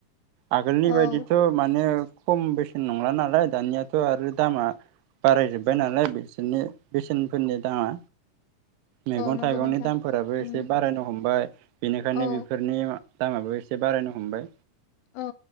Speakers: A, on the right; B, on the left.
A: आगोलनि
B: औ
A: बायदिथ' मानो खम बेसेन नंला नालाय दानियाथ‌' आरो दामा बारायजोब्बाय नालाय बिसोरनि बेसेनफोरनि दामा मेगन
B: नंगौ
A: थाइगंनि
B: नोंथां
A: दामफोराबो एसे
B: उम
A: बारायनो हमबाय । बेनिखायनो
B: औ
A: बेफोरनि दामाबो एसे बारायनो हमबाय
B: औ